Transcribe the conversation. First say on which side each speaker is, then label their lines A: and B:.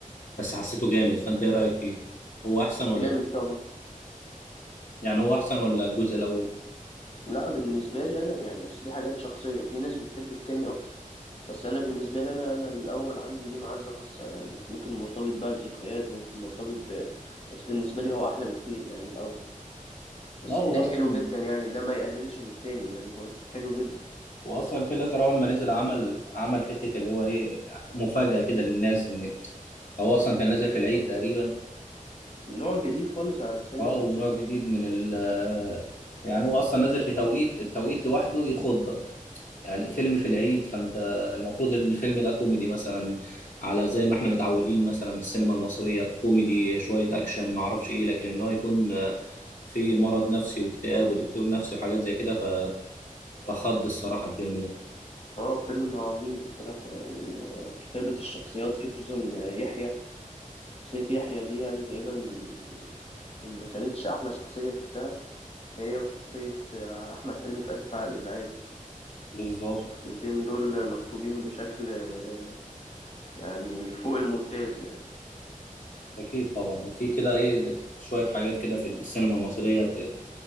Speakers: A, on the left (about 60°); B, on the left (about 45°).
A: بس حسيته جامد فانت ايه رايك فيه هو احسن ولا
B: جامد طبعا
A: يعني هو احسن ولا الجزء الاول
B: لا بالنسبة لي انا يعني اصل دي حاجات شخصية في ناس بتحب التاني اكتر بس انا بالنسبة لي انا انا الاول عندي ليه معزة خاصة يعني ممكن مرتبط بقى بذكريات ممكن مرتبط ب بس بالنسبة لي هو احلى بكتير يعني الاول بس
A: لا هو
B: التاني
A: اصلا
B: حلو جدا يعني ده ما يقللش من التاني يعني هو حلو جدا
A: هو اصلا الفيل الازرق اول ما نزل عمل عمل حته اللي هو ايه مفاجاه كده للناس ان هو اصلا كان نازل في العيد تقريبا
B: نوع جديد خالص على السينما
A: اه
B: المصرية
A: ونوع جديد من ال يعني هو اصلا نازل في توقيت التوقيت لوحده يخضك يعني فيلم في العيد فانت المفروض الفيلم ده كوميدي مثلا على زي ما احنا متعودين مثلا من السينما المصرية كوميدي شوية اكشن ما اعرفش ايه لكن ان هو يكون آه، في مرض نفسي واكتئاب ودكتور نفسي وحاجات زي كده ف... فخض الصراحة الفيلم ده
B: اه فيلم عظيم الصراحة يعني ما- كتابة الشخصيات فيه خصوصا يحيى شخصية يحيى دي يعني تقريبا إن ما كانتش أحلى شخصية شفتها هي وشخصية آه، أحمد حلمي في آسف على الإزعاج
A: بالظبط
B: الشخصيتين دول مكتوبين بشكل آه، يعني فوق الممتاز يعني
A: أكيد طبعا وفي كده إيه شوية حاجات كده في السينما المصرية ت-